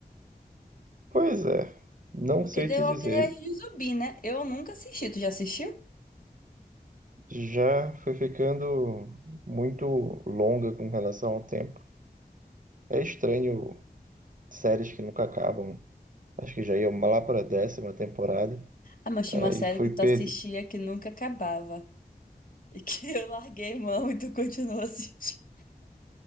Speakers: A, on the right; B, on the left.
A: Pois é, não
B: Porque
A: sei
B: The
A: te
B: Walking
A: dizer
B: Dead é de zumbi, né? Eu nunca assisti. Tu já assistiu?
A: já foi ficando muito longa com relação ao tempo. É estranho séries que nunca acabam. Acho que já ia lá para a décima temporada.
B: Ah, mas tinha
A: Aí
B: uma série
A: fui
B: que tu
A: perder.
B: assistia que nunca acabava. E que <laughs> eu larguei mão e tu continuou assistindo.